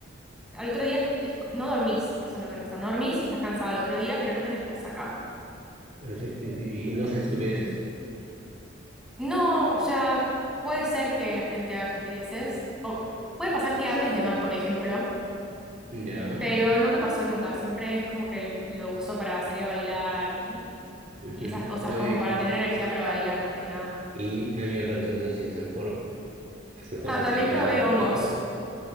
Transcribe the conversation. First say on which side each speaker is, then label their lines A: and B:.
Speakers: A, in the centre; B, on the right.
A: al otro día es- es- no dormís, eso es lo que pasa. No dormís y estás cansado al otro día, pero no tenés resaca.
B: Sí, Y, y no haces estupideces.
A: No, o sea, puede ser que la gente haga estupideces. O puede pasar que hables de más, por ejemplo.
B: Ya.
A: Pero no me pasó nunca. Siempre es como que l- lo uso para salir a bailar y,
B: ujú.
A: y esas cosas,
B: No,
A: como
B: y,
A: para tener energía para bailar más que nada.
B: y a mí me parece que eso sí es mejor, es mejor
A: Ah,
B: porque
A: también probé
B: yo cuando... era-
A: hongos.
B: cuando-